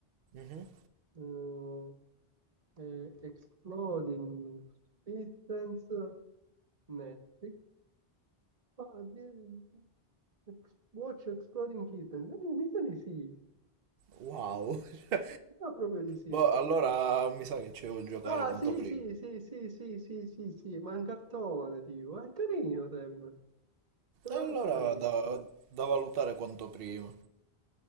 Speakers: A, on the right (about 65°); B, on the right (about 40°).
A: Mhm.
B: Eh, eh, Exploding Kittens Netflix. Ah, di- ex- Watch Exploding Kittens. Eh, mica di sì,
A: Wow. <laughs>
B: mica proprio di sì.
A: Boh, allora mi sa che ci devo giocare
B: Ah,
A: quanto
B: sì,
A: prima.
B: sì, sì, sì, sì, sì, sì, sì, ma è un cartone, tipo. È carino, sembra. Sembra
A: E allora
B: molto carino.
A: da, da valutare quanto prima.